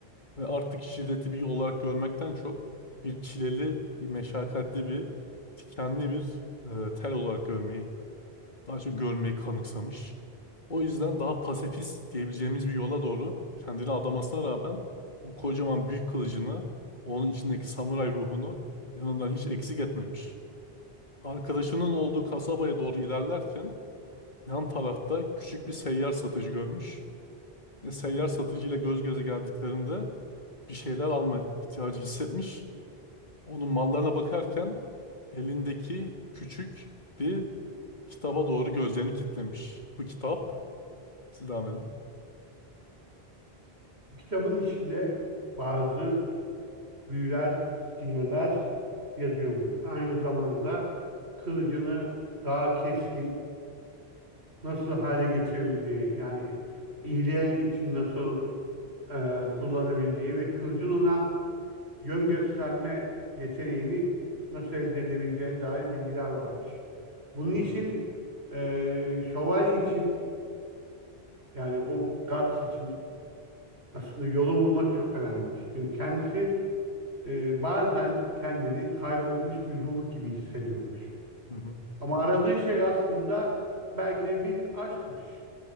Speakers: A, on the left; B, on the right.
A: ve artık şiddeti bir yol olarak görmekten çok bir çileli, bir meşakkatli bir, dikenli bir e, tel olarak görmeyi Daha çok görmeyi kanıksamış. O yüzden daha pasifist diyebileceğimiz bir yola doğru kendini adamasına rağmen o kocaman büyük kılıcını, onun içindeki samuray ruhunu yanından hiç eksik etmemiş. Arkadaşının olduğu kasabaya doğru ilerlerken yan tarafta küçük bir seyyar satıcı görmüş ve seyyar satıcıyla göz göze geldiklerinde bir şeyler alma ihtiyacı hissetmiş. Onun mallarına bakarken elindeki küçük bir kitaba doğru gözlerini kilitlemiş. Bu kitap, siz devam edin.
B: Kitabın içinde bazı büyüler, sihirler yazıyormuş. Aynı zamanda kılıcını daha keskin nasıl hale getirebileceği yani iyiliğe için nasıl e, kullanabileceği ve kılıcın ona yön gösterme yeteneğini nasıl elde edebileceğine dair bilgiler varmış. Bunun
A: Hı
B: için
A: hı,
B: e, şövalye için yani o Guts için aslında yolu bulmak çok önemliymiş. Çünkü kendisi e, bazen kendini kaybolmuş bir ruh gibi hissediyormuş.
A: hı hı,
B: Ama aradığı şey aslında belki de bir aşkmış.